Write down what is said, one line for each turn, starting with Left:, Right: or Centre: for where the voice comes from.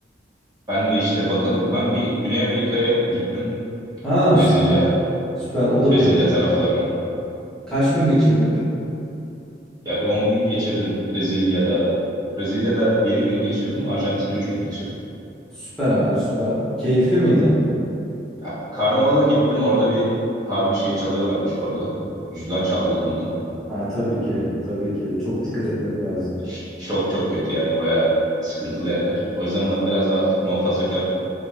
Right: Ben de işte bakalım. Ben bir Güney Amerika'ya gittim.
Centre: Ha
Right: Brezilya,
Centre: süper. Süper. O da
Right: Brezilya
Centre: bir hay-
Right: taraflarına.
Centre: Kaç gün geçirdin?
Right: Ya bir 10 gün geçirdim Brezilya'da. Brezilya'da 7 gün geçirdim. Arjantin'de 3 gün geçirdim.
Centre: Süper abi süper. Keyifli miydi?
Right: Ya, Karnavala gittim. Orada bir harbi şey çalıyorlarmış bu arada. Cüzdan çaldırdım ben.
Centre: Ha tabii ki. Tabii ki. Çok dikkat etmek lazım.
Right: Ç- Çok çok kötü yani. Bayağı sıkıntılı yerler. O yüzden ben biraz da artık muhafazakar